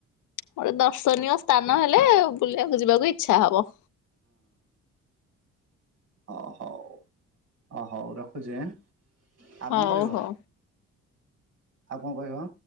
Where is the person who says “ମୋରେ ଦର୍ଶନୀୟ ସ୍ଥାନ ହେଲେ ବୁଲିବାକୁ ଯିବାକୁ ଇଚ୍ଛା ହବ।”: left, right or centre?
Left